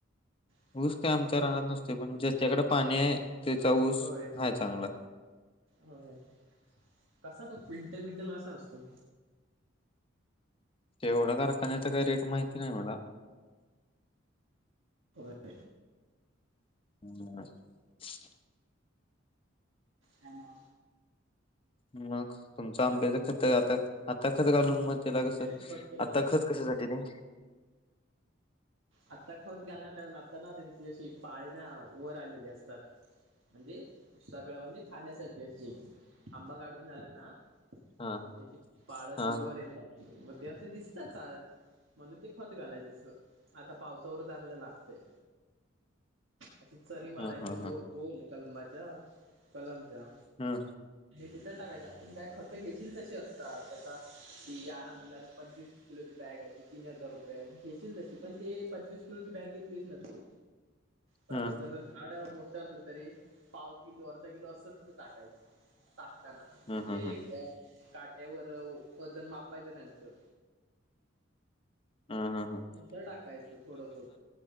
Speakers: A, on the right; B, on the left.
A: <unintelligible>
B: ऊस काय आमच्या रानात नसतोय पण ज्याच्याकडे पाणी आहे त्याचा ऊस
A: होय
B: हाय चांगला
A: होय, कसा तो क्विंटल बिंटल कसा असतो?
B: ते एवढा कारखान्याचा काही रेट माहिती नाही मला.
A: होय.
B: हम्
A: हा ना
B: मग, तुमचं आंब्याच खतं आता आता खत घालून मग त्याला
A: ते
B: कसं,
A: खत अं,
B: आता खत कशासाठी ते?
A: आता खत घालणार कारण आता ना त्यांची अशी पाळी ना, वर आलेली असतात. म्हणजे, सगळं म्हणजे खाण्यासाठी असं आंबा काढून झाला ना
B: हा
A: कि त्याची पाळ अशी
B: हा
A: वर येतात. मग ते असं दिसता चाळ, म्हणून ते खत घालायचं असं. आता पावसावर चांगलं लागतंय, अशी चरी मारायची
B: ह ह
A: गो
B: ह
A: गोल कलबाच्या कलमच्या.
B: ह
A: तिथं टाकायचं आपण काय खतं घेशील तशी असतात, आता ती यारा मेला पंचवीस किलोची बॅग घेयची, तीन हजार रुपये आणि घेशील तशी पण ते पंचवीस किलोची बॅग घेतलीस ना तु, सात
B: ह
A: हजार झाड मो असलं तरी पाव किलो, अर्धा किलो असं टाकायचं. टाकताना,
B: ह
A: म्हणजे
B: ह ह
A: एक बॅ काट्यावर, वजन मापायचं त्यांचं
B: हा हा हा
A: तर टाकायचं थोडं थोडं,